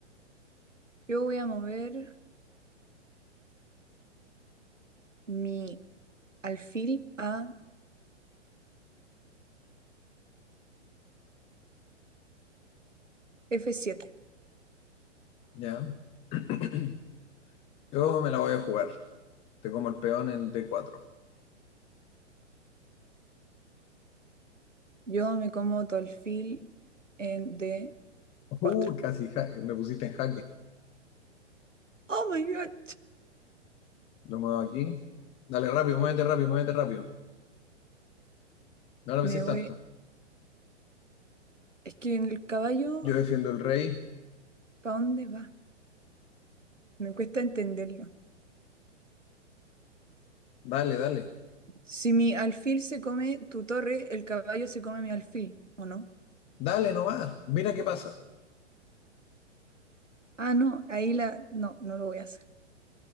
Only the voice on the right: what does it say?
Yo voy a mover mi alfil a F7.
Yo me como todo el fil en de cuatro.
¡Oh, my God!
Me
voy...
Es que en el caballo,
¿para dónde va? Me cuesta entenderlo.
Si mi alfil se come tu torre, el caballo se come mi alfil, ¿o no?
Ah, no, ahí la... No, no lo voy a hacer.